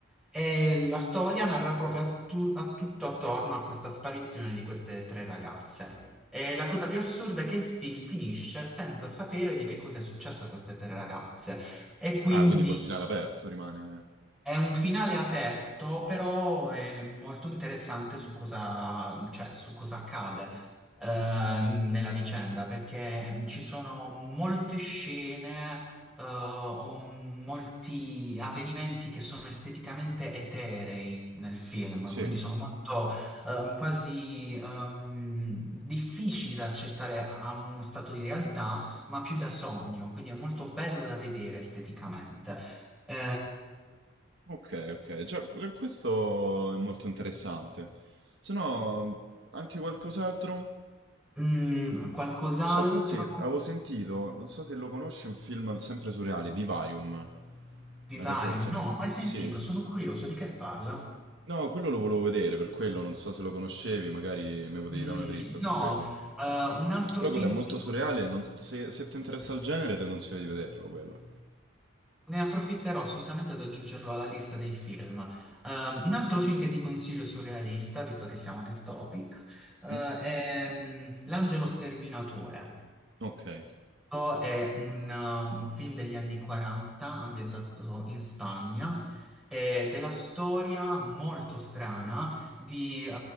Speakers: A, in the centre; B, on the right.
A: E la storia narra proprio a, tu- a tutto attorno a questa sparizione di queste tre ragazze. E la cosa più assurda è che il film finisce senza sapere di che cosa è successo a queste tre ragazze. E quindi
B: Ah, quindi col finale aperto rimane.
A: è un finale aperto, però è molto interessante su cosa, cioè, su cosa accade eh, nella vicenda, perché ci sono molte scene eh, o molti avvenimenti che sono esteticamente eterei nel film,
B: Sì,
A: quindi sono molto eh, quasi ehm, difficili da accettare a uno stato di realtà, ma più da sogno, quindi è molto bello da vedere esteticamente. Eh,
B: ok, ok. Già, già questo è molto interessante. Se no, mh, anche qualcos'altro? Non
A: Mm, qualcos'altro
B: So, forse avevo sentito, non so se lo conosci, un film sempre surreale, Vivarium.
A: di
B: Una
A: vario?
B: cosa del genere.
A: No, mai sentito,
B: Sì.
A: sono curioso di che parla.
B: No, quello lo volevo vedere, per quello non so se lo conoscevi, magari mi potevi
A: Mm,
B: dare una dritta su
A: no,
B: quello.
A: eh, un altro
B: Però
A: film
B: quello è molto
A: figo,
B: surreale, non- se, se ti interessa il genere ti consiglio di vederlo quello.
A: ne approfitterò assolutamente ad aggiungerlo alla lista dei film. Eh, un altro film che ti consiglio surrealista, visto che siamo nel topic, eh,
B: Mm?
A: è mm, L'Angelo Sterminatore.
B: Ok. E
A: Questo È un, uh, un film degli anni 40 ambientato in Spagna eh, della storia molto strana di uh,